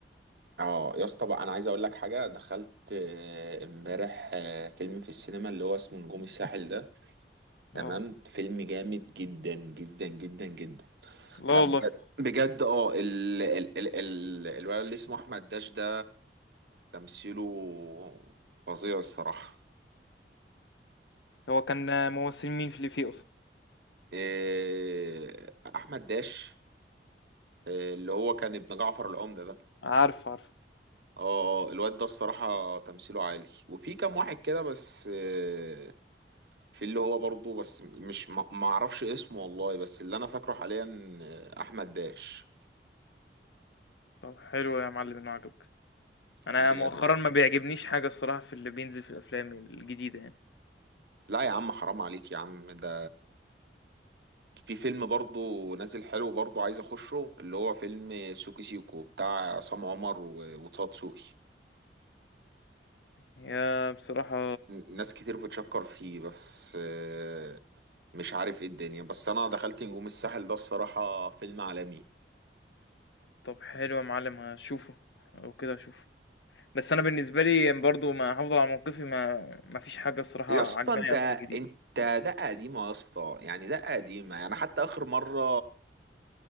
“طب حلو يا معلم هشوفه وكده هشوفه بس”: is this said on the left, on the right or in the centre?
Left